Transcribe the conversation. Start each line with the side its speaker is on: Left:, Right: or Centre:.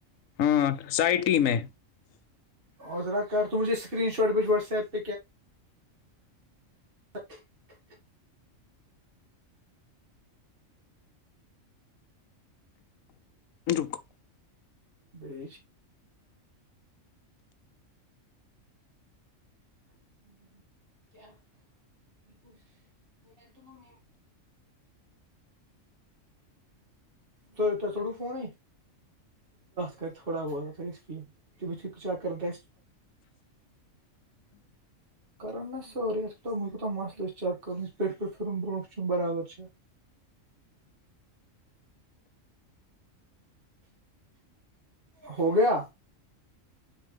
Left: ہاں سائٹی میں
Right: عوذر کر تمجھ یہ اسکرین شاٹ بچ واٹس ایپ پ وق <unintelligible>
Left: رکو
Right: بی میں <unintelligible> ڈو فون کر تھوڑا بہت آلم ب چیک کر پ کر ن سوری وہ کوتتا مسئلہ چیک کر پ پلم ب برابر چ ہو گیا